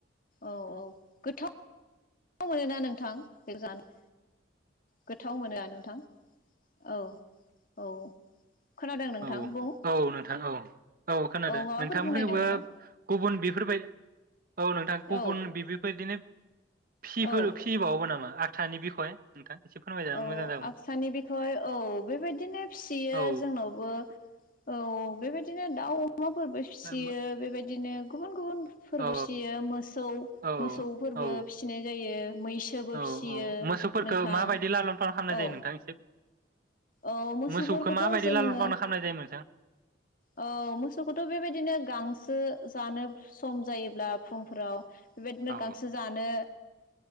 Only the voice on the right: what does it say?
औ
औ नोंथां औ औ खोनादों
नोंथांफोरखौबो
गुबुन बिफोरबाय औ नोंथां गुबुन
बिफोर बिदिनो फिफोर
फिबावो नामा? आथानि बिखय नोंथां एसे फोरमायजानो
मोजां जागौमोन
औ
औ
औ
औ
औ
औ
औ मोसौफोरखौ
माबायदि लालन फालन खालामनाय
जायो नोंथां एसे
मोसौखौ माबायदि
लालन फालन खालामनाय जायो नोंथां?
औ